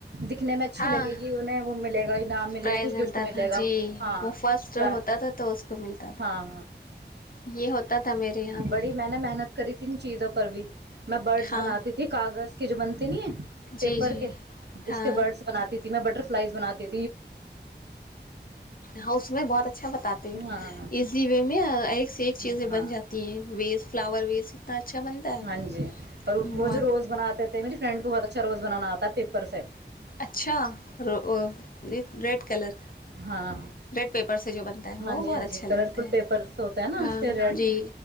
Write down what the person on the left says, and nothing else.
ہاں
پرائز
ملتا
تھا
جی
وہ فرسٹ
ہوتا تھا تو اس کو ملتا تھا
یہ ہوتا تھا میرے یہاں بھی
ہاں
جی جی
ہاں
ہاں اس میں بہت اچھا بتاتے
ایزی وے میں ای سے ایک چیزیں
بن جات ہیں ویز فلاور ویز کتنا اچھا بنتا
ہے
بہت
اچھا ج ریڈ کلر
ریڈ پیپر سے جو بنتا ہے
وہ بہت
اچھا
لگتا
ہے
ہاں
جی